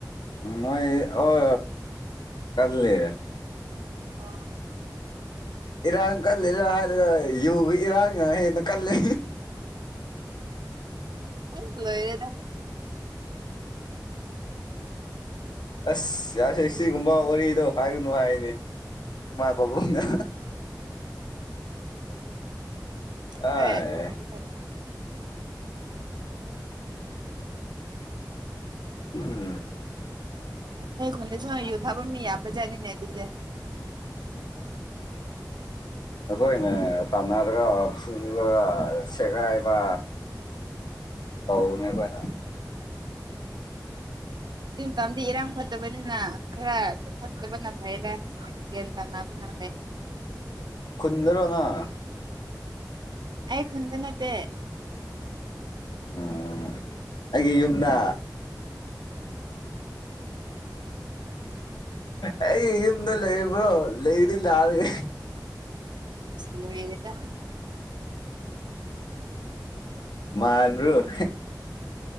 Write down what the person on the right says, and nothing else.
ꯑ
ꯑ ꯂꯣꯏꯔꯦꯗ
ꯃ ꯑꯗꯨꯗꯤ
ꯍ ꯈꯨꯣꯟꯗ ꯁ ꯌꯨ ꯊꯥꯐꯝ ꯃꯤ ꯌꯥꯝꯕꯖꯥꯠꯅꯤꯅꯦ ꯑꯗꯨꯗꯤ
ꯖꯤ ꯇꯝꯗꯔ ꯐꯠꯇꯕꯅꯤꯅ ꯈꯔ ꯐꯠꯇꯕꯅ ꯐꯩꯔꯦ ꯌꯦ ꯇꯅ ꯑꯗꯨ ꯅꯦ
ꯑꯩ ꯈꯨꯟꯗ ꯅꯠꯇꯦ
ꯂ ꯌꯦꯅꯤꯗ